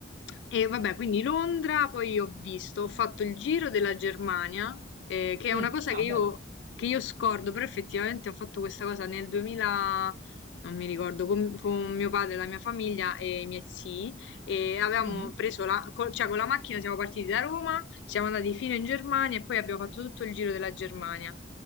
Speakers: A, on the left; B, on the right.
A: e vabbè, quindi Londra, poi ho visto, ho fatto il giro della Germania, eh, che è
B: Mh,
A: una cosa
B: ah
A: che io,
B: bello.
A: che io scordo, però effettivamente ho fatto questa cosa nel 2000, non mi ricordo, con, con mio padre, la mia famiglia e i miei zii e avevamo
B: Mh-mh.
A: preso la, co- cioè con la macchina siamo partiti da Roma, siamo andati fino in Germania e poi abbiamo fatto tutto il giro della Germania.